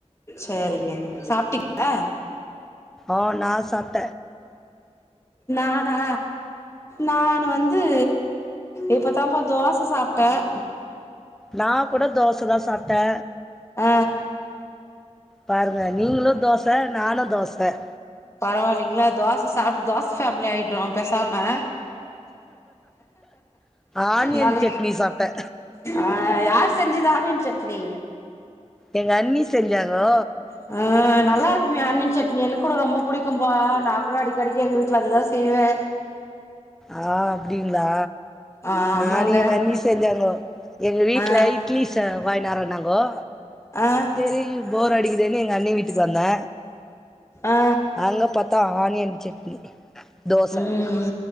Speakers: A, on the left (about 25°); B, in the centre.
A: சேரிங்க சாப் டிங்ளா
B: அ நா சாப்
A: நானா நானு வந் து இப்பத்தாப்ப தோச சாப்ட்டே <inaudible>
B: நா கூட தோசதா சாப்பிட்டே
A: அ
B: பாருங்க நீங்களு தோச நானு தோச ச
A: பரவாயில்லிங்களா தோச சாப்ட்டு தோச ஃபேமிலி ஆயிடுறோ பெசாம
B: ஆனியன்
A: நல்
B: சட்னி சாப்ட்டே
A: அ யார் செஞ்சுதா ஆனியன் சட்னி
B: எங்க அண்ணி செஞ்சாங்கோ
A: ஆ நல்லா இருக்குமே அண்ணி சட் நீ எனக்கு கூட ரொம்ப புடிக்கும் இப்பா நா கூட அடிக்கடிக் எங்க வீட்ல அதுதா செய்வே
B: ஆ அப்டிங்களா
A: ஆ ஆமாங்க
B: நானு எங்க அண்ணி செஞ்சாங்கோ எங்க வீட்ல
A: ஆ
B: இட்லி ச வாங்கி வர ன்னங்கோ
A: ஆ
B: செரி போர் அடிக்கதேன்னு எங்க அண்ணி விட் ட்டுக்கு வந்தே
A: ஆ
B: அங்க பத் புத்தா ஆனியன் சட்னி தோச
A: ம் உ